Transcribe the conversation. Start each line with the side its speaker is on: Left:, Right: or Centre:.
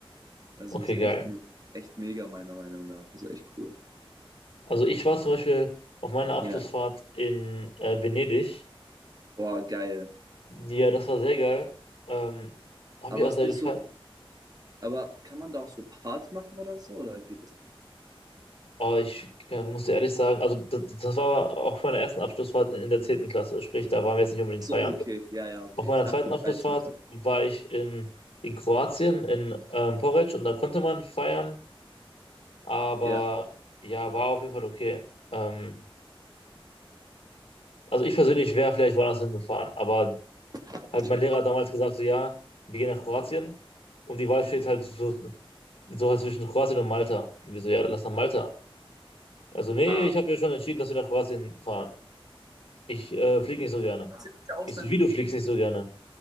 Right: Also
Left: Okay,
Right: ist echt,
Left: geil.
Right: me echt mega meiner Meinung nach. Also echt cool.
Left: Also ich war zum Beispiel auf meiner Abschlussfahrt
Right: Ja,
Left: in äh, Venedig.
Right: boah, geil.
Left: Ja, das war sehr geil. Ähm, habe
Right: Aber
Left: ich auch
Right: es
Left: sehr
Right: ist nicht
Left: gefallen.
Right: so, Aber kann man da auch so Party machen oder so, oder geht das nicht?
Left: Aber ich äh, muss dir ehrlich sagen, also das, das war auf meiner ersten Abschlussfahrt in der zehnten Klasse, sprich, da waren wir jetzt nicht unbedingt
Right: So,
Left: feiern.
Right: okay, ja, ja, okay.
Left: Auf meiner
Right: Ich dachte
Left: zweiten Abschlussfahrt
Right: 13.
Left: war ich in, in Kroatien, in ähm, Poreč und da konnte man feiern, aber
Right: Ja,
Left: ja, war auf jeden Fall okay. Ähm, also ich persönlich wäre vielleicht woanders hingefahren, aber
Right: okay.
Left: halt mein Lehrer hat damals gesagt, so ja, wir gehen nach Kroatien und die Wahl steht halt so, so halt zwischen Kroatien und Malta. Und wir so, ja, dann lass nach Malta. Also nee,
Right: Ah.
Left: ich habe ja schon entschieden, dass wir nach Kroatien fahren. Ich äh, flieg nicht so gerne.
Right: Kroatien hat ja auch
Left: Ich
Right: sein,
Left: so, wie du fliegst nicht so gerne.